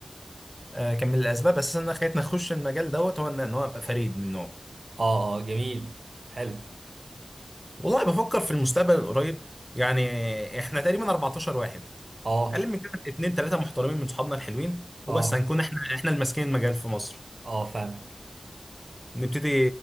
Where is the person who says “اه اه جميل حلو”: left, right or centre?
Right